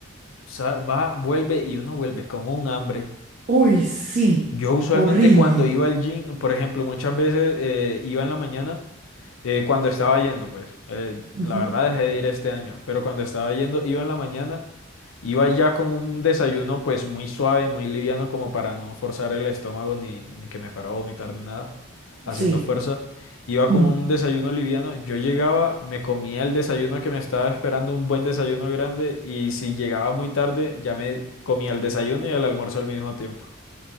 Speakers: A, on the left; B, on the right.
A: sa- va, vuelve y uno vuelve con un hambre.
B: Uy, sí,
A: Yo usualmente
B: horrible.
A: cuando iba al gym, por ejemplo, muchas veces eh, iba en la mañana. eh, cuando estaba yendo, pues, eh, la
B: Ujú,
A: verdad dejé de ir este año, pero cuando estaba yendo, iba en la mañana, iba ya con un desayuno pues muy suave, muy liviano, como para no forzar el estómago ni, ni que me fuera a vomitar ni nada, haciendo
B: Sí.
A: fuerza. Iba
B: mm.
A: con un desayuno liviano, yo llegaba, me comía el desayuno que me estaba esperando, un buen desayuno grande, y si llegaba muy tarde, ya me comía el desayuno y el almuerzo al mismo tiempo.